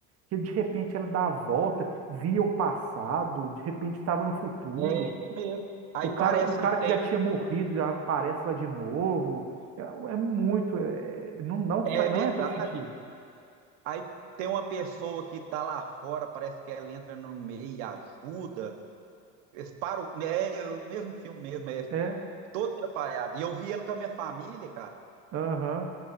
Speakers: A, on the right; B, on the right.
A: que de repente ela dá a volta, via o passado, de repente estava no futuro.
B: é isso mesmo. Aí
A: O cara,
B: parece
A: um cara
B: que tem.
A: que já tinha morrido já aparece lá de novo. É, é muito, é- não, não,
B: É
A: faz- não
B: verdade.
A: é faz sentido.
B: Aí tem uma pessoa que tá lá fora, parece que ela entra no meio e ajuda. Eles param, é é o mesmo filme mesmo, é
A: É,
B: todo atrapalhado. E eu vi ele com a minha família, cara.
A: aham.